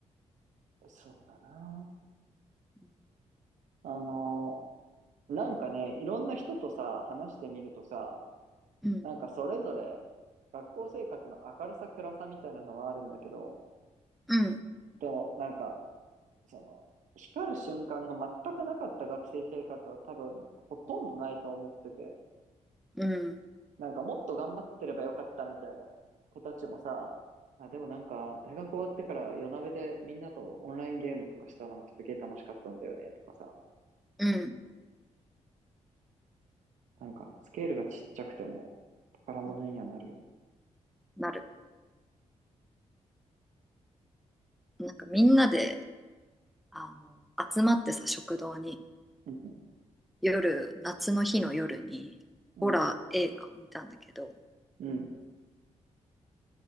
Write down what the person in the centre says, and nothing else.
う
ん、
うん、うん、
うん、
うん、
うん
なる。なんかみんなで、あの、集まってさ、食堂に、
夜、夏の日の夜に、
ホラー映画を見たんだけど、